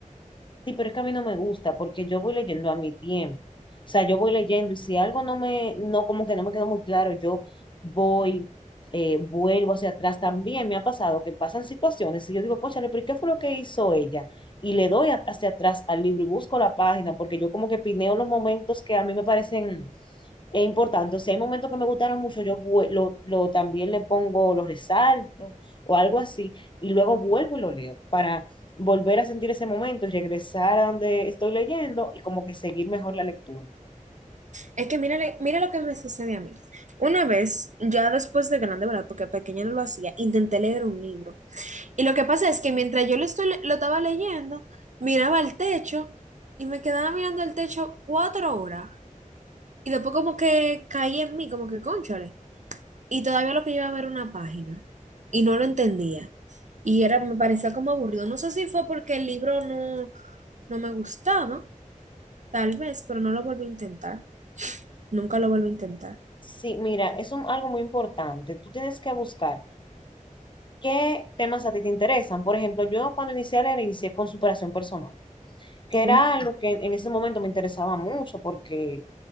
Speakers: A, on the left; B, on the right.
A: Sí, pero es que a mí no me gusta porque yo voy leyendo a mi tiempo. O sea, yo voy leyendo y si algo no me, no, como que no me quedó muy claro, yo voy, eh, vuelvo hacia atrás. También me ha pasado que pasan situaciones y yo digo, cónchale, pero ¿y ¿qué fue lo que hizo ella? Y le doy a- hacia atrás al libro y busco la página porque yo como que pineo los momentos que a mí me parecen eh, importantes. Si hay momentos que me gustaron mucho, yo vue- lo, lo también le pongo, los resalto o algo así y luego vuelvo y lo leo para volver a sentir ese momento y regresar a donde estoy leyendo y como que seguir mejor la lectura.
B: Es que mira, mira lo que me sucede a mí. Una vez, ya después de grande, ¿verdad? Porque pequeña no lo hacía, intenté leer un libro. Y lo que pasa es que mientras yo lo, estoy, le- lo estaba leyendo, miraba al techo y me quedaba mirando al techo cuatro horas. Y después como que caí en mí, como que cónchale. Y todavía lo que yo iba a ver era una página y no lo entendía. Y era, me parecía como aburrido. No sé si fue porque el libro no, no me gustaba, tal vez, pero no lo volví a intentar. Nunca lo volví a intentar.
A: Sí, mira, es un- algo muy importante. Tú tienes que buscar qué temas a ti te interesan. Por ejemplo, yo cuando inicié a leer, inicié con superación personal, que era
B: ¿no?
A: algo que en ese momento me interesaba mucho porque